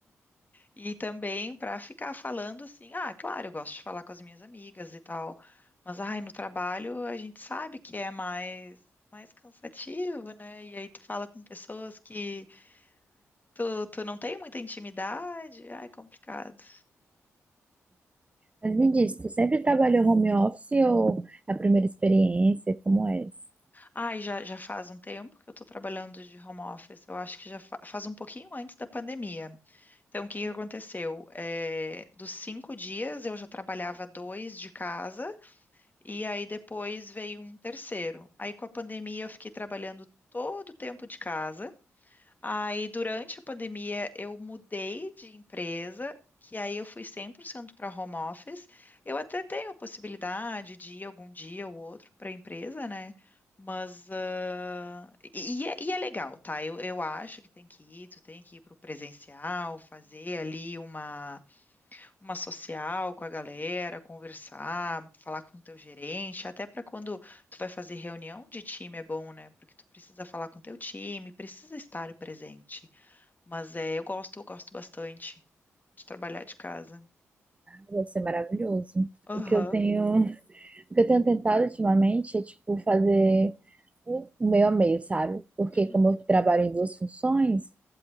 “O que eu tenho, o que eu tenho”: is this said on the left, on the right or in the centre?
Right